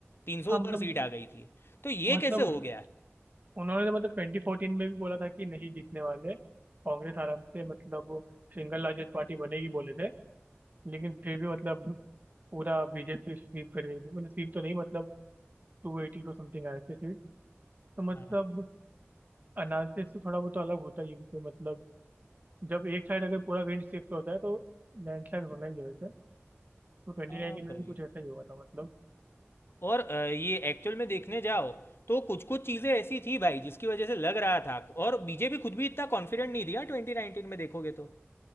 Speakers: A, on the left; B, on the right.
A: 300
B: हाँ
A: ऊपर
B: मतलब
A: सीट आ गई थी तो ये
B: मतलब
A: कैसे हो गया
B: उन्होंने तो मतलब ट्वेंटी फोर्टीन में भी बोला था कि नहीं जीतने वाले कांग्रेस आराम से मतलब सिंगल लार्जेस्ट पार्टी बनेगी बोले थे लेकिन फिर भी मतलब पूरा बीजेपी स्वीप कर गई थी मतलब स्वीप तो नहीं मतलब टू एटी टू समथिंग आए थे सीट तो मतलब
A: हाँ
B: एनालिसिस से थोड़ा बहुत तो अलग होता ही है क्योंकि मतलब जब एक साइड अगर पूरा विंड शिफ्ट होता है तो लैंडस्लाइड होना ही है वैसे तो ट्वेंटी
A: हाँ
B: नाइनटीन में
A: भाई
B: भी कुछ ऐसा ही हुआ था मतलब
A: और अ, ये एक्चुअल में देखने जाओ तो कुछ कुछ चीज़ें ऐसी थी भाई जिसकी वजह से लग रहा था और बीजेपी खुद भी इतना कॉन्फिडेंट नहीं थी यार 2019 में देखोगे तो